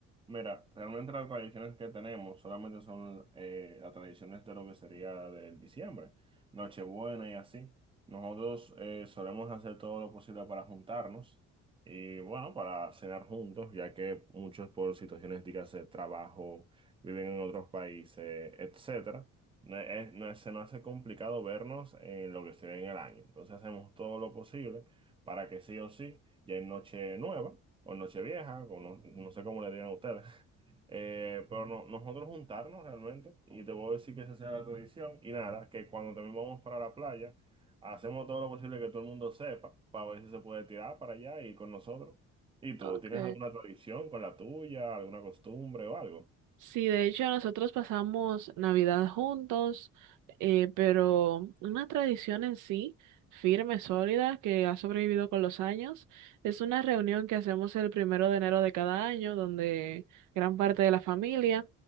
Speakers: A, on the right (about 15°); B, on the right (about 80°).
A: Mira, realmente las tradiciones que tenemos solamente son eh, las tradiciones de lo que sería del diciembre, Nochebuena y así. Nosotros eh, solemos hacer todo lo posible para juntarnos y bueno, para cenar juntos, ya que muchos por situaciones, dígase, trabajo, viven en otros países, etcétera. No es- no es- se nos hace complicado vernos en lo que se ve en el año. Entonces hacemos todo lo posible para que sí o sí ya es noche nueva o noche vieja, o no, no sé cómo le digan ustedes. <laughs> Eh, pero no, nosotros juntarnos realmente, y te voy a decir que esa sea la tradición, y nada, que cuando también vamos para la playa, hacemos todo lo posible que todo el mundo sepa, para ver si se puede tirar para allá y con nosotros. ¿Y tú,
B: Ok.
A: tienes alguna tradición con la tuya, alguna costumbre o algo?
B: Sí, de hecho nosotros pasamos Navidad juntos, eh, pero una tradición en sí, firme, sólida, que ha sobrevivido con los años, es una reunión que hacemos el primero de enero de cada año, donde gran parte de la familia